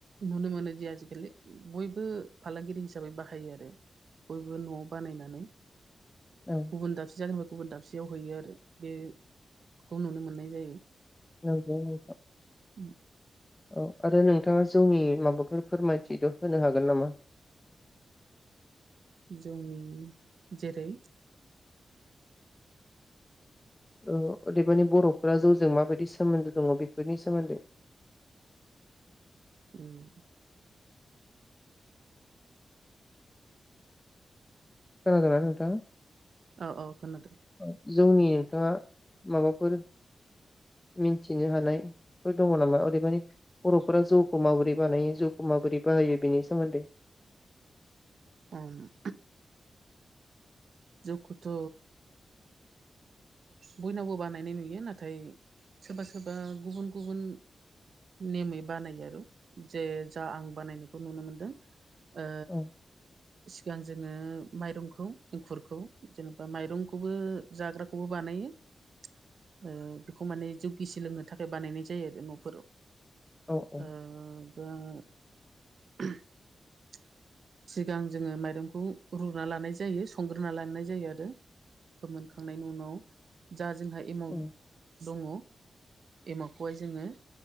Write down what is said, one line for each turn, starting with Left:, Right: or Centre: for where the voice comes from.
Right: नुनो मोन नो दि आजिखालि बयबो फालांगिरि हिसाबै बाहायो आरो बयबो न'आव बानायनानै
Left: औ
Right: गुबुन दाबसे जागानि गुबुन दाबसेयाव हैयो आरो बेखौ नुनो मोननाय जायो।
Left: नंगौ नोंथां।
Right: उम
Left: औ आरो नोंथाङा जौनि माबाफोर फोरमायथिद' होनो हागोन नामा?
Right: जौनि जेरै
Left: ओ अदेबानि बर'फोरा जौजों माबायदि सोमोन्दो दङ' बेफोरनि सोमोन्दै
Right: उम
Left: खोनादों ना नोंथाङा?
Right: औ औ खोनादों
Left: जौनि नोंथाङा माबाफोर मिन्थिनो हानायफोर दङ' नामा? अदेबानि बर'फोरा जौखौ माबोरै बानायो? जौखौ माबोरै बाहायो? बेनि सोमोन्दै
Right: बाम जौखोथ' बयनावबो बानायनाय नुयो नाथाय सोरबा सोरबा गुबुन गुबुन नेमै बानायो आरो जे जा आं बानायनायखौ नुनो मोनदों ओ
Left: औ
Right: सिगां जोङो माइरंखौ एंखुरखौ जेनेबा माइरंखौबो जाग्राखौबो बानायो ओ बेखौ माने जौ गिसि लोंनो थाखाय बानायनाय जायो आरो न'फोराव।
Left: औ औ
Right: ओ दा सिगां जोङो माइरंखौ रुना लानाय जायो संग्रोना लानाय जायो आरो फोमोनखांनायनि उनाव जा जोंहा एमाव
Left: उम
Right: दङ' एमावखौहाय जोङो